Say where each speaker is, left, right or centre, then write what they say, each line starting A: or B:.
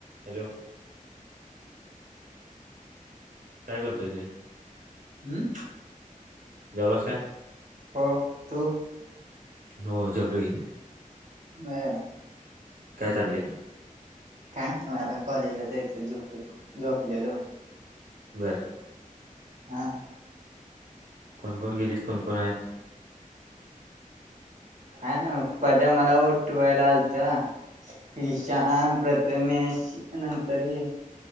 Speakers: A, on the right; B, on the right.
A: Hello काय करतोयस रे
B: हम्म
A: जेवलास काय
B: हो तू
A: हो जेवलो की
B: बर
A: काय चाललेय
B: काय ना आता कॉलेजला जायचं झोपेत झोपलेलो
A: बर
B: <unintelligible>
A: कोणकोण गिरीत कोणकोण आहेत
B: हाना पद्या मला ओठवायला आलता नीशान प्रथमेश नंतर ह...